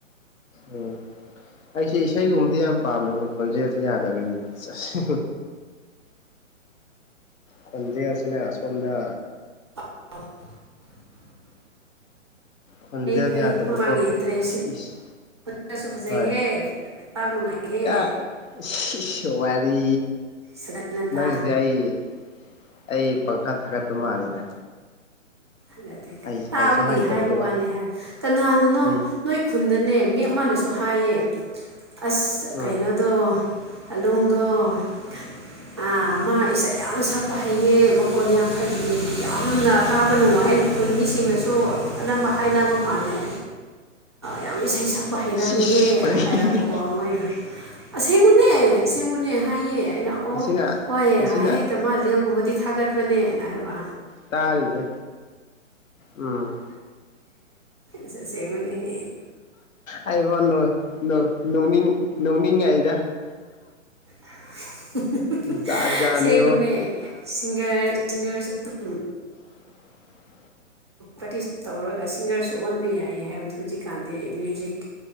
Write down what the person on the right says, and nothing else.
ꯑꯟꯑꯣꯗꯤꯕꯜ
ꯐꯩ
ꯃꯥ ꯃꯥꯒꯤ ꯏꯟꯇꯔꯦꯁꯅꯤ
ꯈꯣꯟꯖꯦꯜꯁꯨ ꯐꯖꯩꯍꯦ
ꯇꯥꯕ ꯅꯨꯡꯉꯥꯏꯍꯦ
ꯁꯗꯥꯅꯟꯗ
ꯑꯟꯑꯣꯗꯤꯕꯜ ꯗꯤ
ꯇꯥꯕꯒꯤ
ꯍꯥꯏꯕ ꯋꯥꯅꯤ ꯍꯥꯏ ꯀꯅꯥꯅꯅꯣ
ꯅꯣꯏ ꯈꯨꯟꯗꯅꯦ ꯃꯤ ꯑꯃꯅ ꯁꯨ ꯍꯥꯏꯌꯦ ꯑꯁ
ꯀꯩꯅꯣꯗꯣ ꯑꯂꯨꯡꯗꯣ ꯑ ꯃꯥ ꯏꯁꯩ ꯌꯥꯝꯅ ꯁꯛꯄ ꯍꯩꯌꯦ ꯃꯈꯣꯟꯅ ꯌꯥꯝ ꯐꯖꯅꯦ ꯌꯥꯝꯅ ꯇꯥꯕ ꯅꯨꯡꯉꯥꯏꯌꯦ ꯈꯨꯟ ꯃꯤꯁꯤꯡꯅꯁꯨ ꯑꯅꯝꯕ ꯍꯥꯏꯅꯕ ꯃꯥꯜꯂꯦ ꯌꯥꯝ ꯏꯁꯩ ꯁꯛ ꯄ ꯍꯩꯔꯝꯃꯤꯍꯦꯅ
ꯍꯥꯏꯔꯛꯄꯀꯣ ꯃꯣꯏꯅ ꯑꯁꯦꯡꯕꯅꯦ ꯑꯁꯦꯡꯕꯅꯦ ꯍꯥꯏꯌꯦ ꯑꯩꯅ ꯑꯣ
ꯍꯣꯏ
ꯍꯦꯛꯇ ꯃꯥ ꯔꯤꯌꯦꯜꯒꯨꯝꯕꯗꯤ ꯊꯥꯒꯠꯄꯅꯦꯅ ꯍꯥꯏꯕ
ꯁꯦ ꯑꯁꯦꯡꯕꯅꯤ
ꯑꯟꯏꯟꯇꯦꯜꯂꯤꯖꯦꯕꯜ
ꯁꯦꯡꯕꯅꯦ ꯁꯤꯡꯒꯔ ꯁꯤꯡꯒꯔ ꯑꯟꯏꯟꯇꯦꯜꯂꯤꯖꯦꯕꯜ
ꯄ꯭ꯔꯦꯛꯇꯤꯁ ꯇꯧꯔꯒ ꯁꯤꯡꯒꯔꯁꯨ ꯑꯣꯟꯕ ꯌꯥꯏꯌꯦ ꯍꯥꯏꯕꯗꯤ ꯍꯧꯖꯤꯛꯀꯥꯟꯗꯤ ꯃ꯭ꯌꯨꯖꯤꯛ